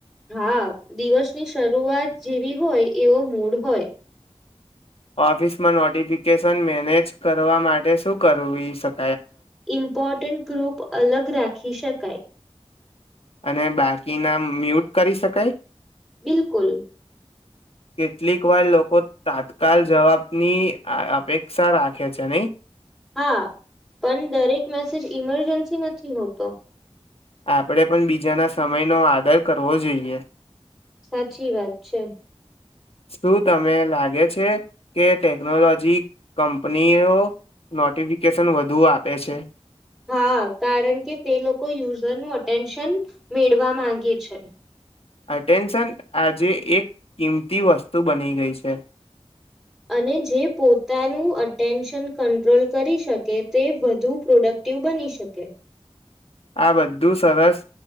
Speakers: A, in the centre; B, on the left (about 60°).
A: હા દિવસની શરૂઆત જેવી હોય એવો મૂડ હોય
B: ઓફિસમાં નોટિફિકેશન મેનેજ કરવા માટે શું કર શક
A: ઇમ્પોર્ટન્ટ ગ્રુપ અલગ રાખી શકાય
B: અને બાકીના મ્યુટ કરી શકાય
A: બિલકુલ
B: કેટલીક વાર લોકો તાત્કાલ જવાબની અપેક્ષા રાખે છે નહી
A: હા પણ દરેક મેસેજ ઈમરજન્સી નથી હોતો
B: આપણે પણ બીજાના સમયનો આદર કરવો જોઈએ
A: સાચી વાત છે
B: શું તને લાગે છે કે ટેકનોલોજી કંપનીઓ નોટિફિકેશન વધુ આપે છે
A: હા કારણ કે તે લોકો યુઝર નું અટેન્શન મેળવા માંગે છે
B: અટેન્શન આજે એક કિંમતી વસ્તુ બની ગઈ છે
A: અને જે પોતાનું અટેન્શન કંટ્રોલ કરી શકે તે વધુ પ્રોડક્ટિવ બની શકે
B: આ બધું સરસ